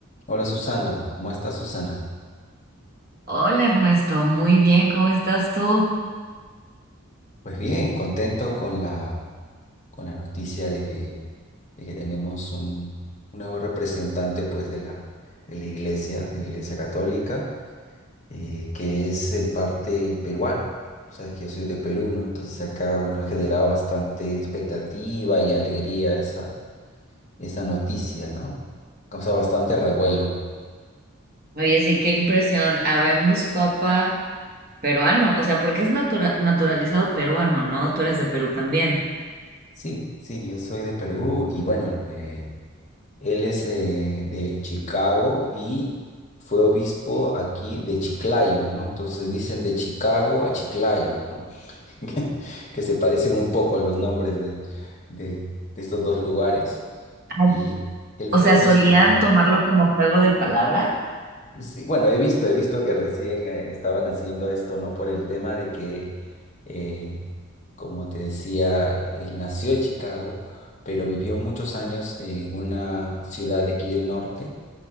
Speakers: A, on the left; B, on the right.
A: Hola Susana, ¿cómo estás Susana?
B: Hola Ernesto, muy bien, ¿cómo estás tú?
A: Pues bien, contento con la, con la noticia de que, de que tenemos un, un nuevo representante pues, de la, de la iglesia, de la iglesia católica, eh, que es en parte peruano. Tú sabes que yo soy de Perú, ¿no? Entonces acá, bueno, ha generado bastante expectativa y alegría esa, esa noticia, ¿no? Causa bastante revuelo.
B: Oye, sí, qué impresión. Habemos papa peruano, o sea, porque es natura- naturalizado peruano, ¿no? Tú eres de Perú también.
A: Sí, sí, yo soy de Perú y bueno, eh, Él es eh, de Chicago y fue obispo aquí de Chiclayo, ¿no? Entonces dicen de Chicago a Chiclayo, ¿no? <laughs> Que se parecen un poco a los nombres de, de- de estos dos lugares.
B: Ay.
A: Y él
B: O
A: fue
B: sea,
A: obispo.
B: solían
A: ahí.
B: tomarlo como juego de palabra.
A: Sí, bueno, he visto, he visto que recién eh, estaban haciendo esto, ¿no? Por el tema de que, eh, como te decía, él nació en Chicago, pero vivió muchos años en una ciudad de aquí del norte